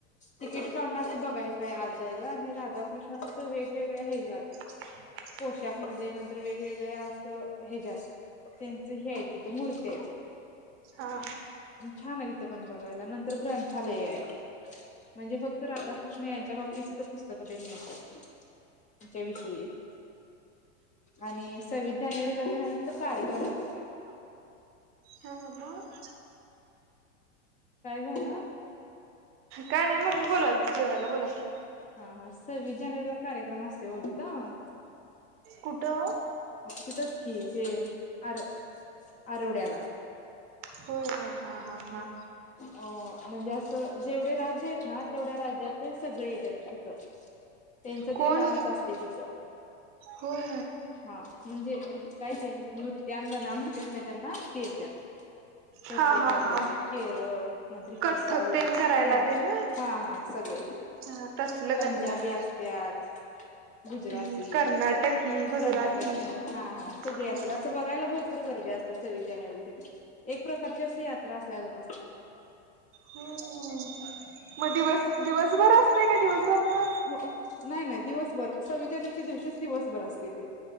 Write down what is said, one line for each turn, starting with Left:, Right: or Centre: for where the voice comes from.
Left: तिकीट काढुन बघायचंय आत जायला आणि राधाकृष्ण त्असं वेगवेगळ्या हेज्यात
Right: <inaudible>
Left: पोशाखमध्ये नंतर वेगवेगळ्या असं हेज्यात तेंचं हे आहे तिथं मूर्ती हाइत
Right: हा
Left: छान आहे तिथं पण बघायला नंतर ग्रंथालय आहे. म्हणजे फक्त राधाकृष्ण यांच्या बाबतीची तिथं पुस्तक तेन मिळतात. त्यांच्या विषयी. आणि सव्वीस जानेवारीला तेन तिथ कार्यक्रम असतोय.
Right: हा ह मग?
Left: काय झालं?
Right: काय नाही मम्मी बोलवालती जेवायला बोला की.
Left: हा हा सव्वीस जानेवारीला कार्यक्रम असतोय ओ तिथं.
Right: कुटं ओ.
Left: तिथचं कि ते आर आरवड्याला.
Right: हो हा हा हा
Left: अ म्हणजे असं जेवढे राज्य आहेत ना तेवढ्या राज्यातले सगळे येत्यात तिथं. त्यांचं
Right: कोण
Left: ते डान्स असतय तिथं.
Right: होय
Left: हा म्हणजे? काय ते नृत्यांगणा म्हणत्यात ना त्यांना ती येत्यात प्रत्येक
Right: हा हा
Left: राज्याचे.
Right: हा
Left: केरळ नंतर इकड
Right: कथ्थक
Left: साऊथ
Right: तेन करायला
Left: हा
Right: तेन व्हय
Left: हा हा सगळे.
Right: हा तसलं
Left: पंजाबी
Right: करायला हा
Left: असत्यात. गुजराती
Right: हम्म कर्नाटकी गुजराती
Left: कर्नाटकी हा हा सगळे
Right: हम्म.
Left: अस असं बघायला भरपूर गर्दी असते. सव्वीस जानेवारीला तिथ एक प्रकारची अस यात्रा असल्यागत असत्या तिथ.
Right: हम्म मग दिवस दिवसभर असतय का दिवस रात्र.
Left: हो नाही नाही दिवसभर सव्वीस जानेवारीच्या दिवशीच दिवसभर असतय ते.